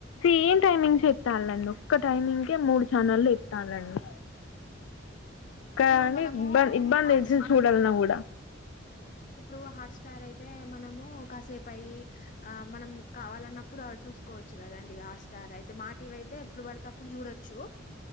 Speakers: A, on the left (about 70°); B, on the left (about 40°).
A: సేమ్ టైమింగ్స్ ఏత్తాలండీ ఒక్క టైమింగ్ కే మూడు ఛానల్ ఏత్తాల్లండీ కానీ
B: ఇప్పుడు మనము
A: ఇబ్బంది ఇబ్బంది
B: హాట్స్
A: అయితే చూడాలన్నా కూడా
B: ఇప్పుడు హాట్స్టార్ అయితే మనము కాసేపు అయి ఆ మనం కావాలన్నప్పుడు చూసుకోవచ్చు కదండి హాట్స్టార్ అ యితే మాటివి అయితే ఎప్పుడు పడితే అప్పుడు చూడొచ్చు